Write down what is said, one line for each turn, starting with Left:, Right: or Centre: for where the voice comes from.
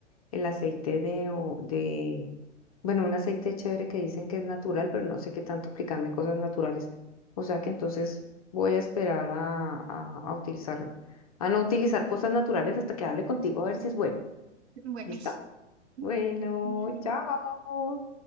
Left: el aceite de, o- de Bueno, un aceite chévere que dicen que es natural, pero no sé qué tanto aplicarme cosas naturales. O sea que entonces voy a esperar a, a, a utilizar, a no utilizar cosas naturales hasta que hable contigo a ver si es bueno.
Right: Bueno,
Left: ¿Listo?
Right: <laughs>
Left: Bueno,
Right: Vale.
Left: chao.